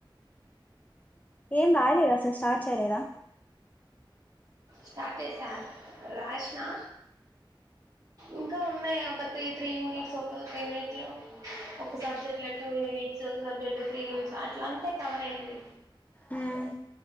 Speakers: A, on the left; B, on the right.
A: ఏం రయలేదా అసలు స్టార్ట్ చేయలేదా
B: స్టార్ట్ చేసా రాష్నా ఇంకా ఉన్నాయి ఒక త్రీ త్రీ యూనిట్స్ ఒక్కొక్క యూనిట్లో ఒక సబ్జెక్ట్లో టూ యూనిట్స్ ఒక సబ్జెక్ట్లో త్రీ యూనిట్స్ అట్ల అంతే కవర్ అయ్యంది
A: మ్మ్